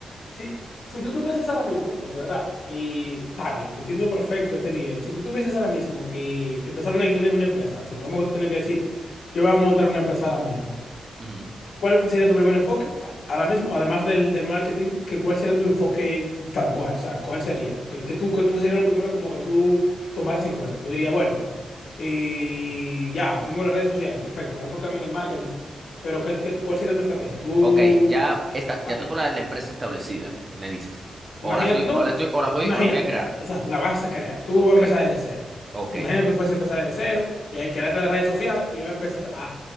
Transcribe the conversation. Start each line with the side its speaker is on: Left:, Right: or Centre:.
Left: Si, si tú tuvieses ahora mismo, porque verdad, y está bien, te entiendo perfecto este nivel. Si tú tuvieses ahora mismo que empezar una, una- una empresa, supongamos que tú tienes que decir, yo voy a montar una empresa ahora mismo.
Right: Ujú.
Left: ¿Cuál sería tu primer enfoque ahora mismo? Además del, del marketing, que ¿cuál sería tu enfoque tal cual? O sea, ¿cuál sería? Que, que tú, que tú sería lo primero como que tú tomaras en cuenta. Tú dirías, bueno, eh, ya, tengo las redes sociales, perfecto, voy a enfocarme en el marketing. Pero ¿qué, qué- cuál sería tu estrategia? Tú,
Right: Ok, ya está, ya
Left: ah,
Right: tengo la, la empresa establecida, me dices. O
Left: imagínate,
Right: la estoy,
Left: no,
Right: o la estoy, o la voy,
Left: imagínate,
Right: o la voy a crear.
Left: exacto, la vas a crear. Tú
Right: Ok,
Left: vas a empezar desde cero.
Right: ok.
Left: Imagínate que tú fueses a empezar desde cero y ahí creaste las redes sociales y vas a empezar a...